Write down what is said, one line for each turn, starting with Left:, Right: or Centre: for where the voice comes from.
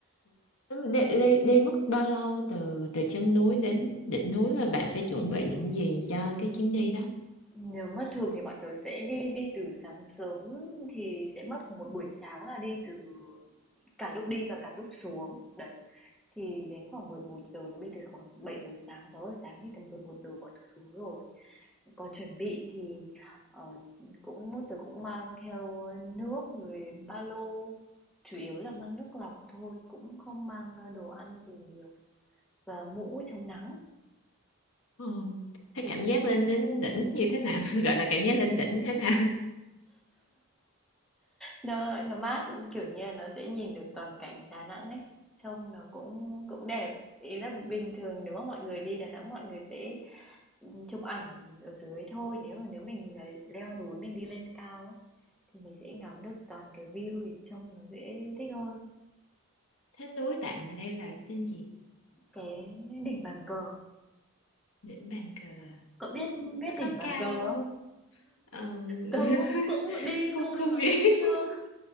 Left: đi, đi, đi mất bao lâu từ từ chân núi đến đỉnh núi và bạn phải chuẩn bị những gì cho cái chuyến đi đó
Centre: Nếu mà thường thì bọn tớ sẽ đi đi từ sáng sớm thì sẽ mất một buổi sáng là đi từ cả lúc đi và cả lúc xuống. Đấy. Thì đến khoảng 11 giờ mình từ khoảng 7 giờ sáng, 6 giờ sáng thì tầm 11 giờ bọn tớ xuống rồi. Còn chuẩn bị thì ờ, cũng tớ cũng mang theo nước rồi ba lô, chủ yếu là mang nước lọc thôi, cũng không mang ờ, đồ ăn gì nhiều và mũ chống nắng
Left: Ờ, Thế cảm
Centre: kiểu
Left: giác lên đến đỉnh như thế nào? <laughs> Gọi là cảm giác lên đỉnh thế nào?
Centre: Nó nó mát, kiểu như là, nó sẽ nhìn được toàn cảnh Đà Nẵng ấy, trông nó cũng cũng đẹp. Ý là bình thường nếu mà mọi người đi Đà Nẵng mọi người sẽ, chụp ảnh ở dưới thôi, nếu mà nếu mình, ờ, leo núi mình đi lên cao ấy, thì mình sẽ ngắm được toàn cái view thì trông nó sẽ thích hơn.
Left: Thế núi bạn leo là tên gì?
Centre: Cái đỉnh bàn cờ,
Left: Đỉnh bàn cờ. à?
Centre: cậu biết biết
Left: Nó
Centre: đỉnh
Left: có
Centre: bàn
Left: cao
Centre: cờ không?
Left: không? Ờ,
Centre: Tớ
Left: <laughs>
Centre: cũng cũng đi
Left: không
Centre: thôi
Left: không
Centre: mà
Left: biết.
Centre: cũng chưa
Left: <laughs>